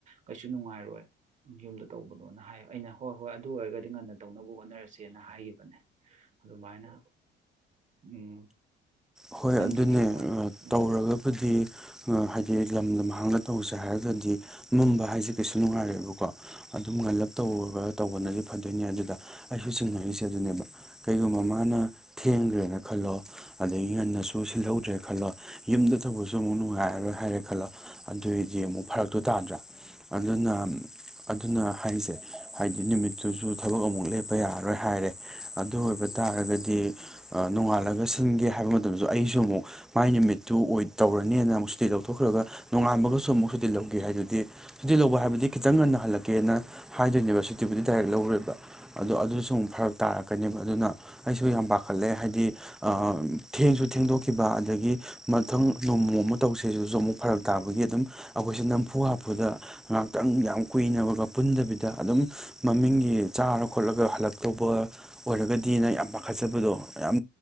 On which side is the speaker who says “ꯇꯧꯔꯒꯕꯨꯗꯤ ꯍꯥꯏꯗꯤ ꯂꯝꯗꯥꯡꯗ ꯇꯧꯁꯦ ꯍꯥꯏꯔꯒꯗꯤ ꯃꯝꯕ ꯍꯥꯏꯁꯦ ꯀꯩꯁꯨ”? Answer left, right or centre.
Centre